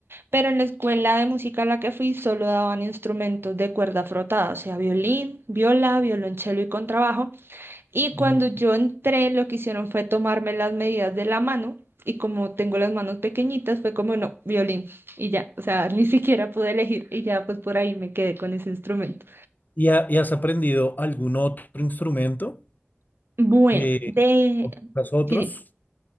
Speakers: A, on the right; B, on the left.
A: pero en la escuela de música a la que fui solo daban instrumentos de cuerda frotada, o sea, violín, viola, violonchelo y contrabajo. Y cuando
B: Mm.
A: yo entré, lo que hicieron fue tomarme las medidas de la mano y como tengo las manos pequeñitas, fue como, no, violín y ya, o sea, <laughs> ni siquiera pude elegir y ya pues por ahí me quedé con ese instrumento.
B: ¿Y, ha- y has aprendido algún otro instrumento?
A: Bueno,
B: Eh,
A: de,
B: ¿tocas otros?
A: sí, dime.